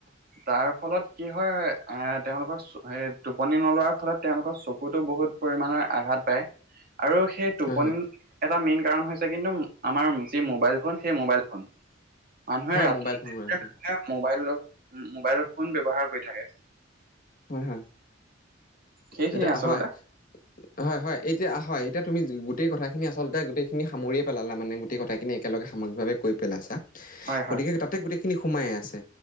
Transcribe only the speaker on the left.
হয় হয়
হয়
মোবাইল ফোন মোবাইল ফোন
হয় হয়
এতিয়া
হয় হয় হয় এতিয়া হয় এতিয়া তুমি গোটেই কথাখিনি আচলতে গোটেইখিনি সামৰিয়ে পেলালা মানে গোটেই কথাখিনি একেলগ সাময়িকভাৱে কৈ পেলাইছা।
গতিকে
তাতে গোটেই খিনি সোমাই আছে